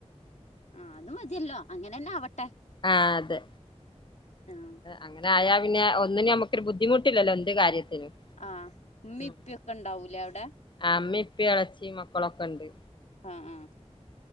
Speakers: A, on the left; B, on the left.
A: ആഹ് അത് മതിയല്ലോ അങ്ങനന്നെ ആവട്ടെ
B: ആഹ് അതെ.
A: ആഹ്
B: അങ്ങനായാ പിന്നെ ഒന്നിനും ഞമ്മക്കൊര് ബുദ്ധിമുട്ടില്ലല്ലോ എന്ത് കാര്യത്തിനും
A: ആഹ് ഉമ്മീം
B: ഉം
A: ഇപ്പൊക്കെണ്ടാവൂലേ അവ്ടെ
B: ആഹ് ഉമ്മേ ഇപ്പേ എളച്ചിം മക്കളൊക്കെണ്ട്
A: ആഹ് ആഹ്